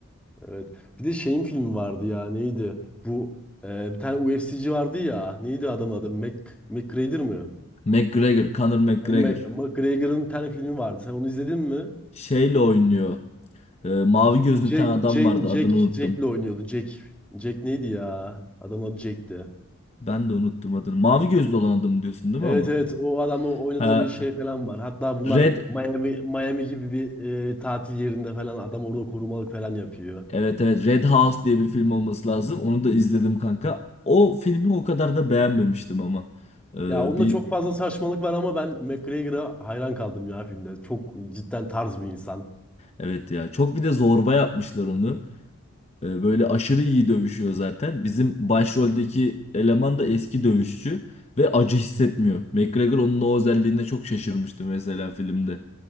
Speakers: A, in the centre; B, on the left (about 30°).
A: Evet. Bir de şeyin filmi vardı ya neydi? Bu e, bir tane UFC'ci vardı ya. Neydi adam adı? Mac, McGregor mı?
B: McGregor, Conor McGregor.
A: E, Ma- McGregor'ın bir tane filmi vardı. Sen onu izledin mi?
B: Şeyle oynuyor. Ee, mavi gözlü
A: Jack,
B: bir tane adam
A: Jack,
B: vardı.
A: Jack,
B: Adını unuttum.
A: Jack'le oynuyordu. Jack, Jack neydi ya? Adam adı Jack'ti.
B: Ben de unuttum adını. Mavi gözlü olan adam diyorsun değil
A: Evet
B: mi ama?
A: evet o adamla oynadığı
B: Ha,
A: bir şey falan var. Hatta bunlar
B: Red
A: Miami, Miami gibi bir e, tatil yerinde falan adam orada korumalık falan yapıyor.
B: Evet evet Red House diye bir film olması lazım. Onu da izledim kanka. O filmi o kadar da beğenmemiştim ama. Ee,
A: Ya onda
B: bir
A: çok fazla saçmalık var ama ben McGregor'a hayran kaldım ya filmde. Çok cidden tarz bir insan.
B: Evet ya çok bir de zorba yapmışlar onu. E, Böyle aşırı iyi dövüşüyor zaten. Bizim başroldeki eleman da eski dövüşçü ve acı hissetmiyor. McGregor onun o özelliğine çok şaşırmıştı mesela filmde.